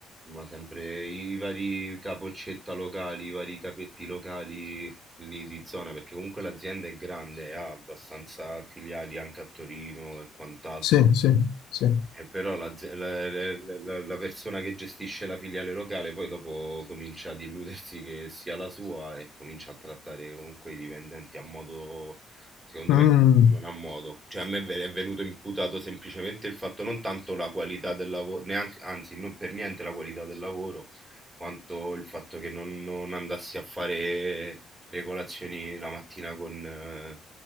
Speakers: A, on the right; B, on the left.
A: ma sempre i vari capoccetta locali, i vari capetti locali lì di zona, perché comunque l'azienda è grande, ha abbastanza filiali anche a Torino e quant'altro.
B: sì, sì, sì, sì.
A: Eh, però la, ze- la- la- la- la persona che gestisce la filiale locale poi dopo comincia ad illudersi che sia la sua e comincia a trattare comunque i dipendenti a modo, secondo
B: Mm,
A: me, non a modo. Cioè a me ve- è venuto imputato semplicemente il fatto non tanto la qualità del lavoro, neanche, anzi non per niente la qualità del lavoro, quanto il fatto che non, non andassi a fare le colazioni la mattina con, eh,